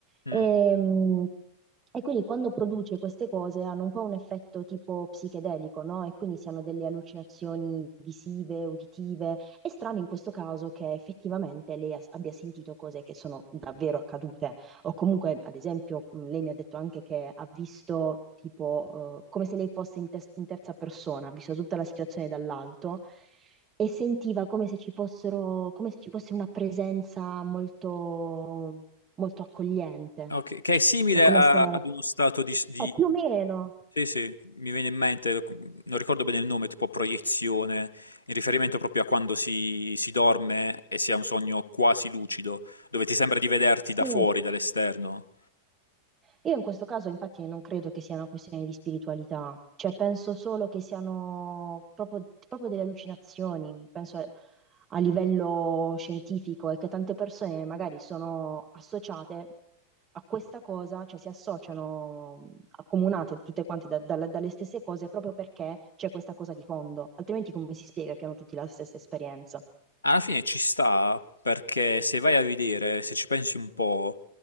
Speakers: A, on the right; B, on the left.
A: e,
B: Mm.
A: mh, e quindi quando produce queste cose hanno un po' un effetto tipo psichedelico, no? E quindi si hanno delle allucinazioni visive, uditive. È strano in questo caso che effettivamente lei as- abbia sentito cose che sono davvero accadute. O comunque, ad esempio, mh, lei mi ha detto anche che ha visto tipo eh, come se lei fosse in, tes- in terza persona, ha visto tutta la situazione dall'alto e sentiva come se ci fossero, come se ci fosse una presenza molto molto accogliente,
B: Ok, che è simile
A: è come
B: a-
A: se...
B: ad uno stato di, s- di-
A: è più o meno,
B: Sì, sì, mi viene in mente, non ricordo bene il nome, tipo proiezione, in riferimento proprio a quando si, si dorme e si ha un sogno quasi lucido, dove ti sembra di vederti
A: sì.
B: da fuori, dall'esterno.
A: Io in questo caso infatti non credo che sia una questione di spiritualità, cioè penso solo che siano proprio, proprio delle allucinazioni, penso a, a livello scientifico e che tante persone magari sono associate a questa cosa, cioè si associano, accomunate tutte quante da- dalla- dalle stesse cose proprio perché c'è questa cosa di fondo, altrimenti come si spiega che hanno tutti la stessa esperienza?
B: Alla fine ci sta perché se vai a vedere, se ci pensi un po',